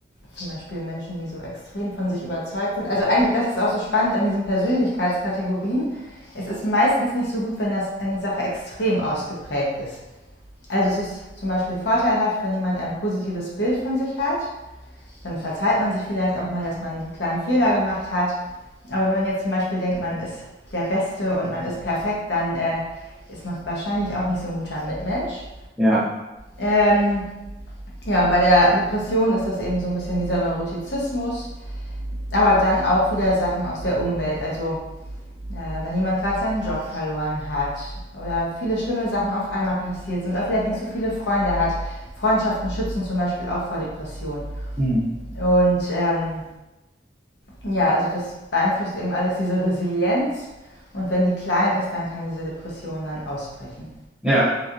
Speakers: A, on the left; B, in the centre.
A: zum Beispiel Menschen, die so extrem von sich überzeugt sind. Also eigentlich, das ist auch so spannend an diesen Persönlichkeitskategorien. Es ist meistens nicht so gut, wenn das eine Sache extrem ausgeprägt ist. Also es ist zum Beispiel vorteilhaft, wenn jemand ein positives Bild von sich hat dann verzeiht man sich vielleicht auch mal, dass man einen kleinen Fehler gemacht hat. Aber wenn man jetzt zum Beispiel denkt, man ist der Beste und man ist perfekt, dann äh, ist man wahrscheinlich auch nicht so ein guter Mitmensch.
B: Ja.
A: Ähm, ja, bei der Depression ist das eben so ein bisschen dieser Neurotizismus, aber dann auch wieder Sachen aus der Umwelt. Also äh, wenn jemand gerade seinen Job verloren hat oder viele schlimme Sachen auf einmal passiert sind oder vielleicht nicht so viele Freunde hat. Freundschaften schützen zum Beispiel auch vor Depressionen.
B: Mhm.
A: Und ähm, Ja, also das beeinflusst eben alles diese Resilienz. Und wenn die klein ist, dann kann diese Depression dann ausbrechen.
B: Ja.